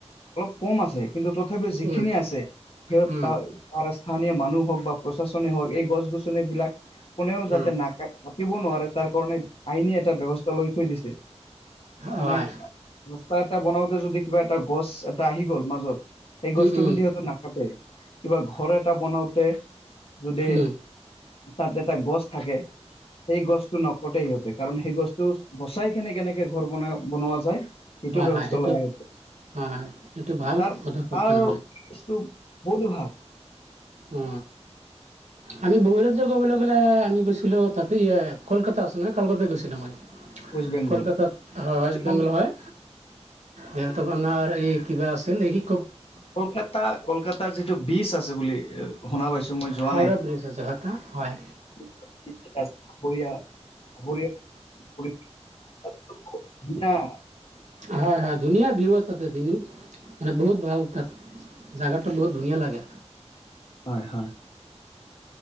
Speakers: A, on the left; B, on the right.
A: অলপ কম আছে কিন্তু তথাপিও যিখিনি
B: উম,
A: আছে সিহত <unintelligible>
B: উম,
A: স্থানীয় মানুহ হওক বা প্ৰচা ষনে হওক এই গছ গছনি বিলাক কোনেও যাতে
B: উম,
A: নাক কাটিব নোৱাৰে তাৰ কাৰণে আইনে এটা ব্যৱস্থা লৈ থৈ দিছে মানে
B: হয়
A: ৰাস্তা এটা বনাও যদি কিবা এটা গছ এটা আহি গ'ল মাজত সেই গছতো
B: উম, উম,
A: কিন্তু সিহঁতে নাকাটে কিবা ঘৰ এটা বনাওঁ তে যদি
B: উম,
A: তাত এডাল গছ আছে সেই গছডাল নকটে সিহঁতে কাৰণ সেই গছটো বচাই কেনে কেনেকে ঘৰ বনাই বনোৱা যায় সেইটো
B: হয়
A: ব্যৱস্থা
B: হয় সেইটো
A: লগা সৈতে,
B: হয় সেইটো ভাল
A: তাৰ
B: পদক্ষেপ
A: তাৰ
B: তেনেহ'লে
A: ইছটো বহুতো ভাল।
B: উ আমি বহি ৰাজ্য ক'বলে গ'লে আমি গৈছিলো তাতেই কলকাতা আছে নহয় কলকাতা গৈছিলো মই।
A: ৱেষ্ট বেংগল
B: কলকাতাত হয়
A: পশ্চিমবংগ
B: ৱেষ্ট বেংগল হয়। ইহঁতবা অনাৰ এই কিবা আছে নেকি?
A: কলকাতা কলকাতাৰ যিটো বীচ আছে বুলি শুনা পাইছো মই যোৱা
B: হাওৰা
A: নাই
B: ব্ৰিজ আছে এটা হয়
A: <unintelligible> <unintelligible>
B: হয় হয় ধুনীয়া ভিউ আছে তাতে দিনো মানে বহুত ভাল তাত জোগাটো বহুত ধুনীয়া লাগে।
A: হয় হয়।